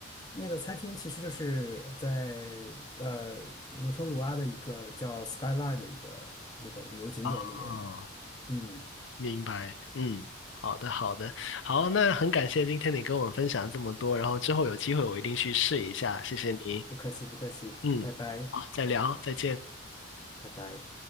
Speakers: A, on the left; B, on the left.
A: 那个餐厅其实就是在呃鲁托鲁阿的一个叫 Skyline 的一个那个旅游景点里面的。
B: 啊，
A: 嗯，
B: 明白。嗯，好的好的，好，那很感谢今天你跟我分享这么多，然后之后有机会我一定去试一下，谢谢你。
A: 不客气不客气，
B: 嗯，
A: 拜拜
B: 好，再聊啊，再见。
A: 拜拜。